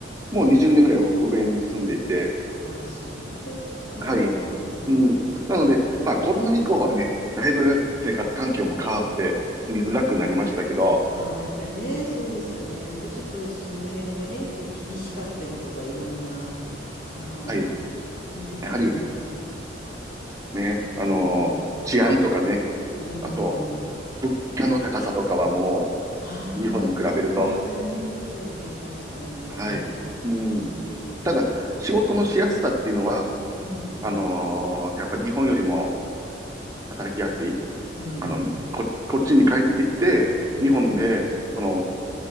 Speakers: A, on the right; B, on the left.
A: もう20年ぐらい北米に住んでいて、
B: あ、そうですか。
A: はい。うん。なので、まあ、コロナ以降はね、だいぶ生活環境も変わって、住みづらくなりましたけど、
B: ああ、やっぱりね、そうですよね。やっぱりちょっとその辺がね、こう厳しかったりとか、いろんな、は
A: はい。
B: い。ね、で、
A: やはり、
B: あ、
A: ね、あのー治安とかね、
B: うん、うん。
A: あと、物価の高さとかはも
B: ああ、
A: う、日本に比べると、
B: ね、今大変ですよね。確かにね。
A: はい。うん。
B: うん、
A: ただ、仕事のしやすさっていうのは、
B: うん、
A: あのーやっぱ日本よりも働きやすい。
B: うん、
A: あの、こ、こっちに帰ってきて、
B: うん、
A: 日本で、その、